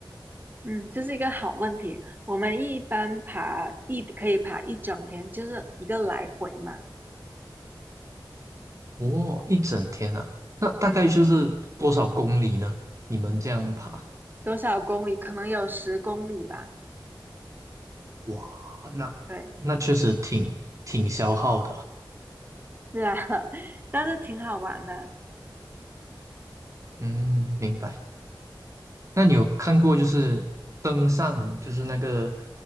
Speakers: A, on the right (about 25°); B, on the right (about 40°).
A: 嗯，这是一个好问题。我们一般爬一可以爬一整天，就是一个来回嘛。
B: 哦，一整天啊。那大概就是多少公里呢？
A: 嗯，
B: 你们这样爬，
A: 多少公里？可能有十公里吧。
B: 哇，那那确实挺挺消耗的啊
A: 对，是啊，<laughs> 但是挺好玩的。
B: 嗯，明白。那你有看过就是登上就是那个，